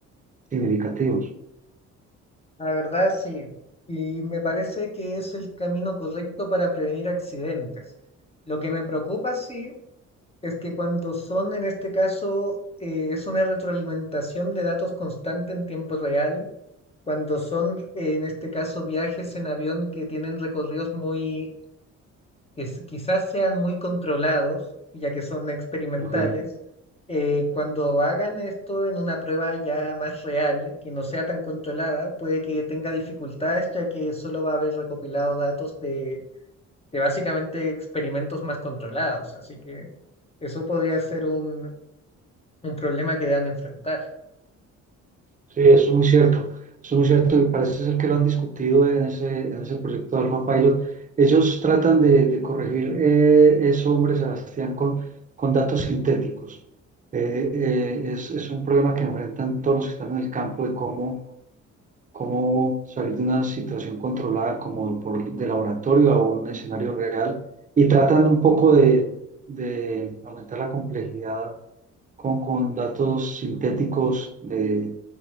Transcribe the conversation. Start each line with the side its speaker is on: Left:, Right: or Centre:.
Right: significativos.
Left: La verdad, sí. Y me parece que es el camino correcto para prevenir accidentes. Lo que me preocupa, sí, es que cuando son, en este caso, eh, es una retroalimentación de datos constante en tiempo real, cuando son, eh, en este caso, viajes en avión que tienen recorridos muy que s- quizás sean muy controlados, ya que son experimentales,
Right: ¿ok?
Left: eh, cuando hagan esto en una prueba ya más real, que no sea tan controlada, puede que tenga dificultades, ya que solo va a haber recopilado datos de, de básicamente experimentos más controlados. Así que eso podría ser un, un problema que deban enfrentar.
Right: Sí, eso es muy cierto, eso es muy cierto y parece ser que lo han discutido en ese, en ese proyecto de Alpha Pilot. Ellos tratan de, de corregir eh, eso, hombre, Sebastián, con, con datos sintéticos. Eh, eh, es, es un problema que enfrentan todos los que están en el campo de cómo cómo salir de una situación controlada como por, de laboratorio a un escenario real y tratando un poco de, de aumentar la complejidad con, con datos sintéticos de,